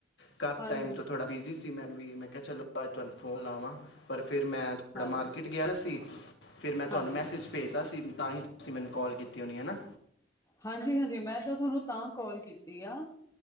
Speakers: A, on the left; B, on the left.
A: ਕਾਫੀ
B: ਹਾਂਜੀ,
A: ਟਾਈਮ ਤੋਂ ਥੋੜਾ ਬਿਜੀ ਸੀ ਮੈਨੂੰ ਵੀ, ਮੈਂ ਕਿਹਾ ਚਲੋ ਅੱਜ ਤੁਹਾਨੂੰ ਫੋਨ ਲਾਵਾਂ। ਪਰ ਫਿਰ ਮੈਂ ਥੋੜ੍ਹਾ
B: ਹਾਂਜੀ,
A: ਮਾਰਕੀਟ ਗਿਆ ਸੀ, ਫਿਰ ਮੈਂ ਤੁਹਾਨੂੰ
B: ਹਾਂਜੀ।
A: ਮੈਸੇਜ ਭੇਜਤਾ ਸੀ, ਤਾਂਹੀ ਤੁਸੀਂ ਮੈਨੂੰ ਕਾਲ ਕੀਤੀ ਹੋਣੀ ਹਨਾ।
B: ਹਾਂਜੀ -ਹਾਂਜੀ, ਮੈਂ ਤਾਂ ਥੋਨੂੰ ਤਾਂ ਕੌਲ ਕੀਤੀ ਆ